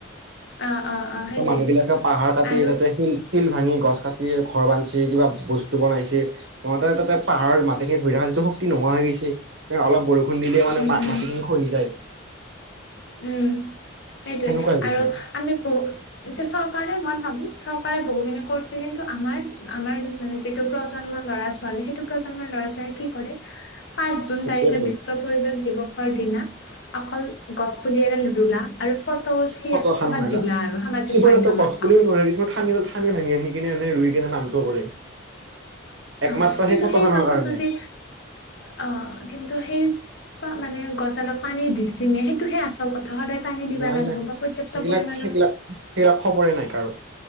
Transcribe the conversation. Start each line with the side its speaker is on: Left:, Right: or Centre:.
Left: অ অ অ
Right: এ
Left: সেইটোৱে
Right: মানুহ বিলাকে পাহাৰ কাটি
Left: আৰু
Right: তাতে শিল শিল ভাঙি গছ কাটি ঘৰ বান্ধি কিবা বস্তু বনাইছে মতে পাহাৰৰ মাটি খিনি ধৰি ৰাখা যিটো শক্তি নোহোৱা হৈ গৈছে অলপ বৰষুণ খুন্দিলে মানে
Left: উম
Right: মাটিখিনি
Left: উম
Right: খহি যায়
Left: উম সেইটোৱে
Right: সেনেকুৱা হৈ গৈছে।
Left: আৰু আমি বহু এতিয়া চৰকাৰে মই ভাবো চৰকাৰে বহুখিনি কৰিছে কিন্তু আমাৰ আমাৰ মানে যিটো প্ৰজন্ম ল'ৰা ছোৱালী সেইটো কাৰণে। লৰা চাই কি কৰে। পাঁচ জুন
Right: সেইটোৱেতো।
Left: তাৰিখে বিশ্ব পৰিৱেশ দিৱসৰ দিনা অকল। গছপুলি এডাল ৰুলা আৰু। ফটো উঠি
Right: ফটো এখন
Left: ক'বাত
Right: মাৰিলা
Left: দিলা আৰু সামাজিক
Right: কিহমানো
Left: মাধ্যমত
Right: গছপুলিও
Left: অ
Right: নোৱাৰ কিছুমান নিডাল ঠানি ভাঙি। কিনে এনে ৰুই কিনে নামটো কৰে। একমাত্ৰ
Left: অ কিন্তু
Right: ফটোখনৰ
Left: সেই বস্তুটো
Right: কাৰণে
Left: যে অ কিন্তু। টো সেই মানে গছালপ পানী দিছি নে সেইটোহে আচল কথা সদায়। টানি দিবা
Right: নাই
Left: লাগিব
Right: নাই
Left: বা পৰ্যপ্ত
Right: সেইবিলাক
Left: পৰিমাণৰ।
Right: সেইবিলাক সেইবিলাক খবৰে নাই কাৰো